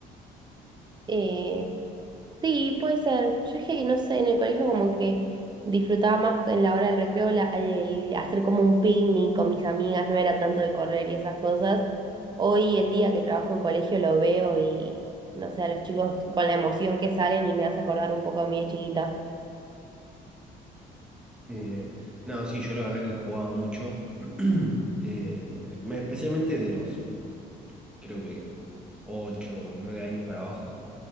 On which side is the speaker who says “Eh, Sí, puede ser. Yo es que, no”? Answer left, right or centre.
Right